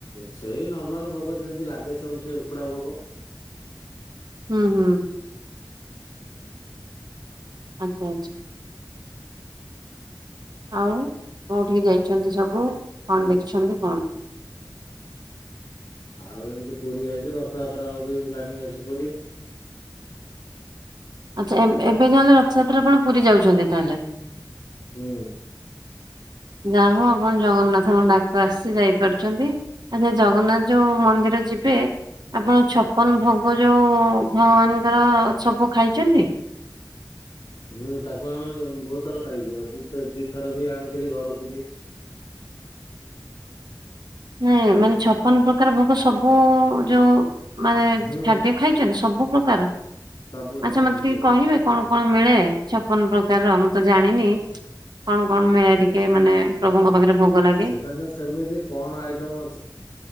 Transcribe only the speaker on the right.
ହୁଁ, ହୁଁ। ଆଚ୍ଛା, ଆଚ୍ଛା। ଆଉ କୋଉଠିକି ଯାଇଛନ୍ତି ସବୁ କଣ ଦେଖିଛନ୍ତି କୁହନ୍ତୁ?
ଆଚ୍ଛା ଏ ଏବେ ଯାହେଲେ ରଥଯାତ୍ରା ଆପଣ ପୁରୀ ଯାଉଛନ୍ତି ତାହେଲେ।
ଯାହଉ ଆପଣ ଜଗନ୍ନାଥଙ୍କ ଡାକ ଆସିଚି ଯାଇପାରୁଛନ୍ତି। ଆଚ୍ଛା ଜଗନ୍ନାଥ ଯୋଉ ମନ୍ଦିର ଯିବେ ଆପଣ ଛପନ ଭୋଗ ଯୋଉ ଭଗବାନଙ୍କର ସବୁ ଖାଇଛନ୍ତି?
ନାଇଁ ମାନେ ଛପନ ପ୍ରକାର ଭୋଗ ସବୁ ଯୋଉ ମାନେ
ଖାଦ୍ୟ ଖାଇ ଚନ୍ତି ସବୁ ପ୍ରକାର
ଆଚ୍ଛା ମୋତେ
ଟିକେ
କହିବେ? କଣ କଣ ମିଳେ ଛପନ ପ୍ରକାର ର ମୁଁ ତ ଜାଣିନି? କଣ କଣ ମିଳେ ଟିକେ ମାନେ ପ୍ରଭୁଙ୍କ ପାଖରେ ଭୋଗ ଲାଗ